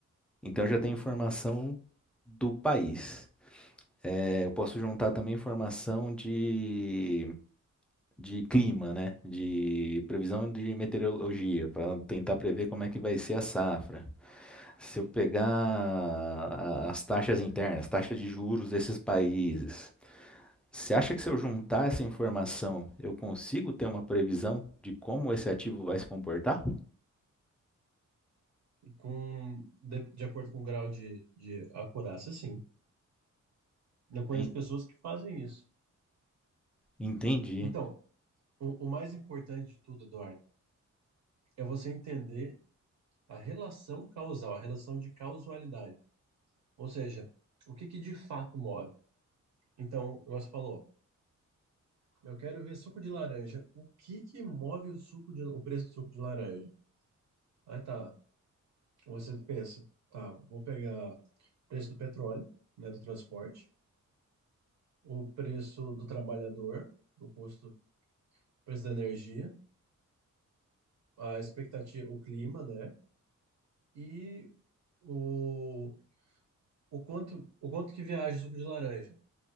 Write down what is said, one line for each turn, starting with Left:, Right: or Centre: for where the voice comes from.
Centre: Então já tem informação do país. É, eu posso juntar também informação de, de clima, né? De previsão de meteorologia, para tentar prever como é que vai ser a safra. Se eu pegar a- as taxas internas, taxas de juros desses países, você acha que se eu juntar essa informação, eu consigo ter uma previsão de como esse ativo vai se comportar?
Right: Com, de, de acordo com o grau de, de acurácia, sim. Eu conheço
Centre: Sim.
Right: pessoas que fazem isso.
Centre: Entendi.
Right: Então, o, o mais importante de tudo, Eduardo, é você entender a relação causal, a relação de causalidade. Ou seja, o que que de fato move. Então, você falou, eu quero ver suco de laranja. O que que move o suco de, o preço do suco de laranja? Aí tá, Você pensa, tá, vou pegar o preço do petróleo, né, do transporte, o preço do trabalhador, o custo, o preço da energia, a expectativa, o clima, né, e o, o quanto, o quanto que viaja o suco de laranja,